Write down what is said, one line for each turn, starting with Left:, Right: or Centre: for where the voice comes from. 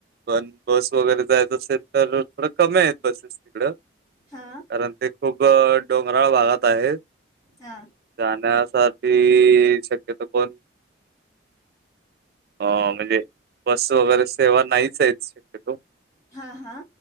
Right: पण बस वगैरे जायच असेल तर थोड कमी आहेत बसेस. तिकडं कारण
Left: हा
Right: ते खूप डोंगराळ भागात आहे.
Left: हा.
Right: जाण्यासाठी शक्यता कोण आ म्हणजे बस वगैरे सेवा नाहीच आहेत शक्य तो
Left: हा हा